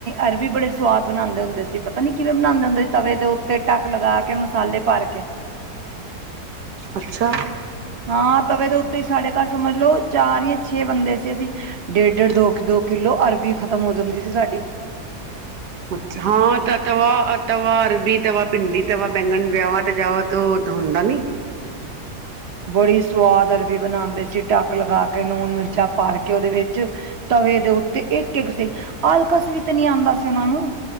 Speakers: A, on the right; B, on the right.
A: ਅਰਬੀ ਬੜੇ ਸਵਾਦ ਬਣਾਂਦੇ ਹੁੰਦੇ ਸੀ, ਪਤਾ ਨੀ ਕਿਵੇਂ ਬਣਾਂਦੇ ਹੁੰਦੇ ਸੀ। ਤਵੇ ਦੇ ਉੱਤੇ ਟੱਕ ਲਗਾ ਕੇ ਮਸਾਲੇ ਭਰ ਕੇ।
B: ਅੱਛਾ।
A: ਹਾਂ, ਤਵੇ ਦੇ ਉੱਤੇ ਸਾਡੇ ਘਰ ਸਮਝ ਲੋਓ ਚਾਰ ਜਾਂ ਛੇ ਬੰਦੇ ਸੀ ਅਸੀਂ। ਡੇਢ- ਡੇਢ, ਦੋ -ਦੋ ਕਿੱਲੋ ਅਰਬੀ ਖ਼ਤਮ ਹੋ ਜਾਂਦੀ ਸੀ ਸਾਡੀ।
B: ਅੱਛਾ, ਹਾਂ ਤਾਂ ਤਵਾ, ਤਵਾ ਅਰਬੀ ਤ ਵ ਭਿੰਡੀ ਤ ਵ ਬੈਂਗਣ ਵਿਆਹ ਤੇ ਜਾਵਾ ਤ ਹੁੰਦਾ ਨੀ। - <inaudible>
A: ਬੜੀ ਸਵਾਦ ਅਰਬੀ ਬਣਾਂਦੇ ਸੀ, ਢੱਕ ਲਗਾ ਕੇ ਨੂਨ ਮਿਰਚਾਂ ਭਰ ਕੇ ਉਹਦੇ ਵਿੱਚ। ਤਵੇ ਦੇ ਉੱਤੇ ਇੱਕ, ਇੱਕ ਸੀ ਆਲਕਸ ਵੀ ਤੇ ਨਈ ਆਂਦਾ ਸੀ ਉਹਨਾਂ ਨੂੰ।